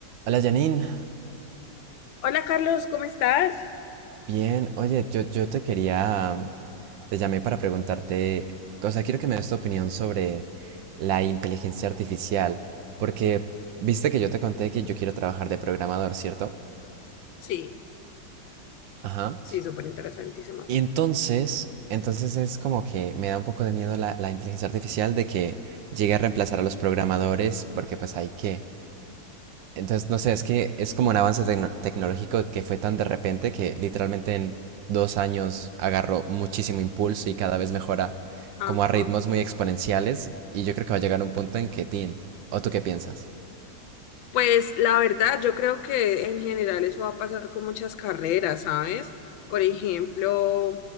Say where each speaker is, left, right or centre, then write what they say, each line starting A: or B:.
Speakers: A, on the right; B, on the left.
A: Hola Janine,
B: Hola Carlos, ¿cómo estás?
A: bien, oye, yo, yo te quería, mm, te llamé para preguntarte, o sea, quiero que me des tu opinión sobre la inteligencia artificial, porque viste que yo te conté que yo quiero trabajar de programador, ¿cierto?
B: Sí,
A: Ajá.
B: sí, súper interesantísimo eso.
A: Y entonces, entonces es como que me da un poco de miedo la, la inteligencia artificial de que llegue a reemplazar a los programadores, porque pues hay que, Entonces, no sé, es que es como un avance tecno- tecnológico que fue tan de repente que literalmente en dos años agarró muchísimo impulso y cada vez mejora
B: Ajá.
A: como a ritmos muy exponenciales y yo creo que va a llegar un punto en que, tin, ¿o tú qué piensas?
B: Pues la verdad, yo creo que en general eso va a pasar con muchas carreras, ¿sabes? Por ejemplo,